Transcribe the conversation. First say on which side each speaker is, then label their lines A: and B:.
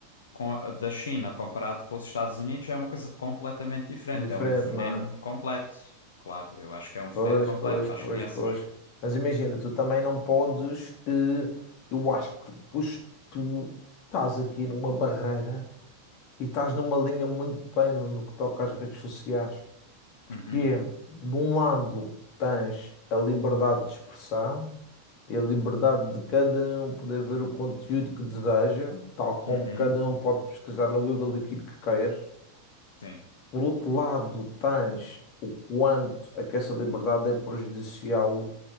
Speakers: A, on the left; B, on the left.
A: com a- da China comparado com os Estados Unidos é uma coisa completamente diferente.
B: diferente,
A: É um veneno
B: não é?
A: completo. Claro, eu acho que é um
B: Pois,
A: veneno completo
B: pois,
A: para
B: pois,
A: as crianças.
B: pois. Mas imagina, tu também não podes. eh, eu acho que depois tu estás aqui numa barreira e estás numa linha muito tênue no que toca às redes sociais. Porque,
A: Uhum,
B: de um lado, tens a liberdade de expressão e a liberdade de cada um poder ver o conteúdo que deseja, tal como
A: uhum,
B: cada um pode pesquisar no Google aquilo que quer.
A: sim,
B: Por outro lado, tens o quanto é que essa liberdade é prejudicial